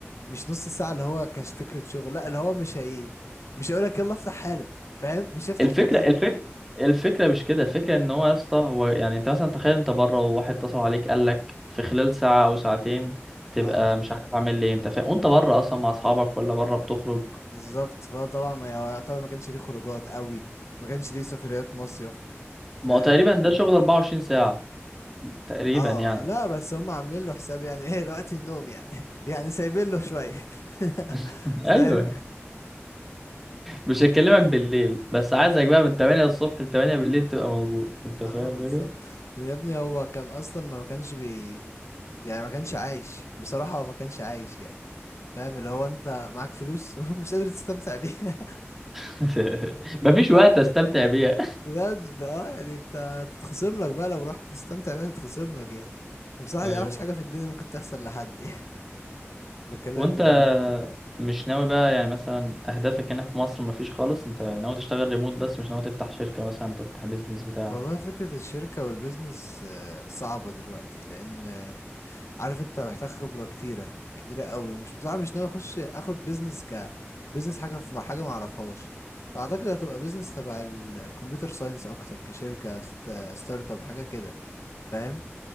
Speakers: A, on the left; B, in the centre.
A: مش نص ساعة اللي هو كاش فكرة شغل لا اللي هو مش هي مش هيقولك يلا افتح حالا فاهم مش هيفتح
B: الفكره
A: في الدقيقة
B: الفكره
A: دي
B: الفكره مش كده الفكره ان هو يا اسطى هو يعني انت مثلا تخيل انت بره وواحد اتصل عليك قال لك في خلال ساعه او ساعتين تبقى
A: اه
B: مش عارف اعمل ايه انت فاهم وانت بره اصلا مع اصحابك ولا بره بتخرج
A: بالظبط فهو طبعا ما يعتبر ما كانش ليه خروجات قوي ما كانش ليه سفريات مصيف فاهم
B: ما هو تقريبا ده شغل 24 ساعه تقريبا
A: اه
B: يعني
A: لا بس هم عاملين له حساب يعني <laughs> ايه وقت النوم يعني <laughs> يعني سايبين له شوية <laughs>
B: <laughs>
A: فاهم
B: ايوه مش هكلمك بالليل بس عايزك بقى من 8 الصبح ل 8 بالليل تبقى موجود انت فاهم
A: اه بالظبط
B: الفكرة
A: يا ابني هو كان اصلا ما كانش بي يعني ما كانش عايش بصراحة هو ما كانش عايش يعني فاهم اللي هو انت معاك فلوس <laughs> مش قادر تستمتع بيها
B: <laughs> مفيش
A: <laughs>
B: وقت استمتع بيها
A: بجد اه يعني انت تتخصم لك بقى لو رحت تستمتع بقى تتخصم لك يعني بصراحة
B: <laughs> ايوه
A: دي اوحش حاجة في الدنيا ممكن تحصل لحد <laughs> يعني بكلمك
B: وانت
A: بأمان
B: مش ناوي بقى يعني مثلا اهدافك هنا في مصر مفيش خالص انت ناوي تشتغل ريموت بس مش ناوي تفتح شركة مثلا تفتح بيزنس بتاع
A: والله فكرة الشركة والبيزنس آه، صعبة دلوقتي لأن آه، عارف انت محتاج خبرة كتيرة كتيرة قوي ومش بصراحة مش ناوي اخش اخد بيزنس ك بيزنس حاجة في مع حاجة معرفهاش فأعتقد هتبقى بيزنس تبع الكمبيوتر ساينس أكتر كشركة ست- ستارت اب حاجة كده فاهم